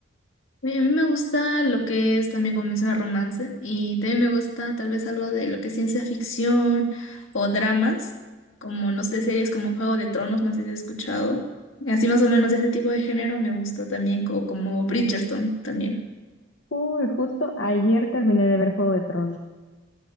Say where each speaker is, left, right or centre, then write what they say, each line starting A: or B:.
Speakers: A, on the left (about 85°); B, on the left (about 65°).
A: Oye, a mí me gusta lo que es también como mencionar romance y también me gusta tal vez algo de lo que es ciencia ficción o dramas, como no sé, series como Juego de Tronos, no sé si has escuchado. Así más o menos de ese tipo de género me gusta también, o como Bridgerton también.
B: Uy, justo ayer terminé de ver Juego de Tronos.